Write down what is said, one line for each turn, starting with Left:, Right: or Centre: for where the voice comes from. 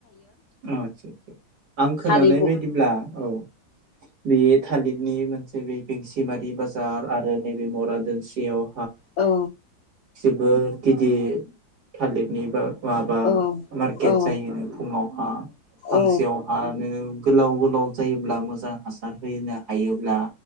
Right: अ आदसा आदसा आं खोनानाय
Left: खारै ब
Right: बायदिब्ला औ बे थालिरनि मोनसे बे बेंसिमारि बाजार आरो नैबे मरा दोनस्रियाव
Left: औ
Right: जोबोद गिदिर थालिरनि बा माबा
Left: औ
Right: मार्केट
Left: औ
Right: जायोनो फुङाव हा फांसेयाव
Left: औ
Right: हानो गोलाव गोलाव जायोब्ला मोजां हासार होनो हायोब्ला